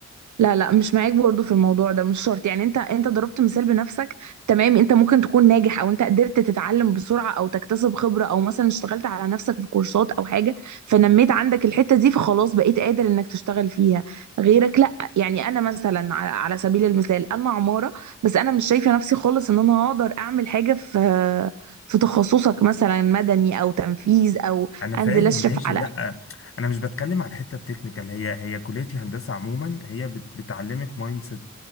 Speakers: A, on the right; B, on the left.
A: لا لا مش معاك برضو في الموضوع ده مش شرط يعني انت انت ضربت مثال بنفسك تمام انت ممكن تكون ناجح او انت قدرت تتعلم بسرعة او تكتسب خبرة او مثلا اشتغلت على نفسك في كورسات او حاجة فنميت عندك الحتة دي فخلاص بقيت قادر انك تشتغل فيها غيرك لا يعني انا مثلا على على سبيل المثال انا عمارة بس انا مش شايفة نفسي خالص ان انا هقدر اعمل حاجة في في تخصصك مثلا مدني او تنفيذ او
B: انا فاهم
A: انزل اشرف
B: ماشي
A: على
B: لا انا مش بتكلم على الحته التكنيكال هي هي كليه الهندسه عموما هي بت- بتعلمك مايند سيت